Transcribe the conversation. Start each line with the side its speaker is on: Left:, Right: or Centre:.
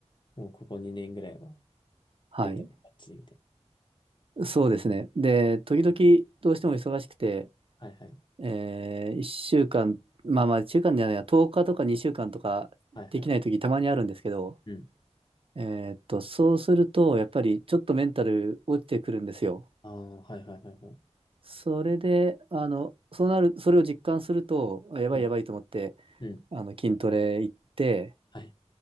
Left: もうここ2年ぐらいは、
Right: はい。
Left: メンタルバッチリみたい
Right: そうですね。で、時々どうしても忙しくて、
Left: な。はいはい。
Right: えー、1週間、まあまあ、1間じゃないや、10日とか2週間とかできない時たまにあるんですけど、
Left: はいはい。うん。
Right: えーっと、そうすると、やっぱりちょっとメンタル落ちてくるんですよ。
Left: ああ、はいはいはいはい。
Right: それで、あの、そうなる、それを実感すると、あやばいやばいと思って、
Left: うん。うん。
Right: あの、筋トレ行って、
Left: はい。